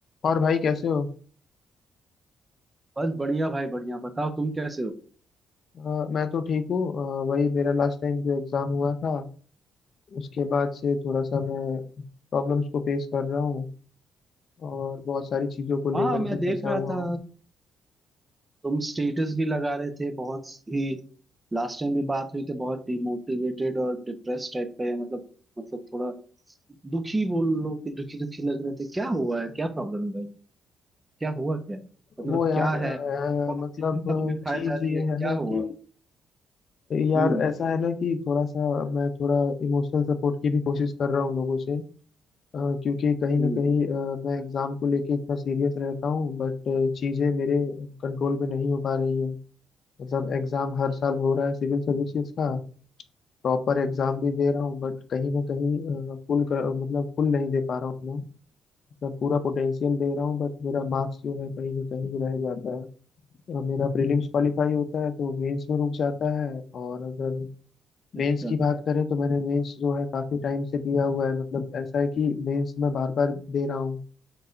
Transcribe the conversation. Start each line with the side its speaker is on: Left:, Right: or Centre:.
Left: और भाई कैसे हो
Right: बस बढ़िया भाई बढ़िया बताओ तुम कैसे हो
Left: अ, मैं तो ठीक हूँ अ, वही मेरा लास्ट टाइम जो एग्ज़ाम हुआ था उसके बाद से थोड़ा सा मैं प्रॉब्लम्स को फेस कर रहा हूँ और बहुत सारी चीज़ों को लेकर
Right: हाँ मैं
Left: के
Right: देख
Left: फंसा
Right: रहा
Left: हुआ
Right: था
Left: हूँ
Right: तुम स्टेटस भी लगा रहे थे बहुत ही लास्ट टाइम भी बात हुई थी बहुत डिमोटिवेटेड और डिप्रेस टाइप का या मतलब मतलब थोड़ा दुखी बोल लो कि दुखी दुखी लग रहे थे क्या हुआ है क्या प्रॉब्लम है भाई क्या हुआ क्या मतलब
Left: वो यार
Right: क्या
Left: अ,
Right: है कौन
Left: मतलब
Right: सी चिंता तुम्हें खाए
Left: चीज़
Right: जा रही
Left: ये
Right: है
Left: है
Right: क्या
Left: ना
Right: हुआ
Left: कि यार
Right: हम्म
Left: ऐसा है ना कि थोड़ा सा मैं थोड़ा इमोशनल सपोर्ट की भी कोशिश कर रहा हूँ लोगों से अ, क्योंकि कहीं
Right: हम्म
Left: ना कहीं अ, मैं एग्ज़ाम को लेके इतना सीरियस रहता हूँ बट चीज़ें मेरे कंट्रोल में नहीं हो पा रही हैं मतलब एग्जाम हर साल हो रहा है सिविल सर्विसेज का प्रॉपर एग्जाम भी दे रहा हूँ बट कहीं ना कहीं फुल मतलब फुल नहीं दे पा रहा हूँ अपना मतलब पूरा पोटेंशियल दे रहा हूँ बट मेरा मार्क्स जो है कहीं ना कहीं रह जाता है अ, मेरा प्रीलिम्स क्वालिफाई होता है तो मेंस में रुक जाता है और अगर
Right: अच्छा
Left: मेंस की बात करें तो मैंने मेंस जो है काफी टाइम से दिया हुआ है मतलब ऐसा है कि मेंस मैं बार बार दे रहा हूँ